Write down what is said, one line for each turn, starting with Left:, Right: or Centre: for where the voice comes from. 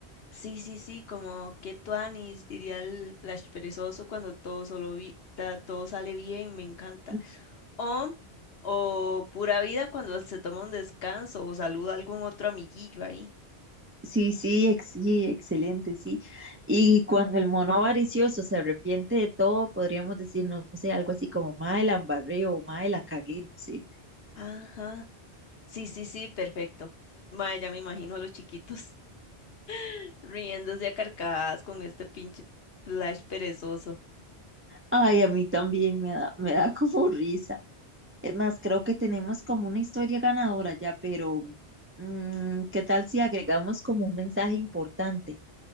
Left: Sí, sí, sí, como que tuanis, diría el Flash perezoso cuando todo solo vi- ta- todo sale bien, me encanta.
Right: Mm,
Left: O, o pura vida cuando se toma un descanso o saluda a algún otro amiguillo ahí.
Right: Sí, sí, ex- sí, excelente, sí. Y cuando el mono avaricioso se arrepiente de todo, podríamos decir, no sé, algo así como, mae, la embarré o mae, la cagué, no sé.
Left: Ajá. Sí, sí, sí, perfecto. Mae, ya me imagino a los chiquitos <laughs> riéndose a carcajadas con este pinche Flash perezoso.
Right: Ay, a mí también me da, me da <laughs> como risa. Es más, creo que tenemos como una historia ganadora ya, pero mm, ¿qué tal si agregamos como un mensaje importante?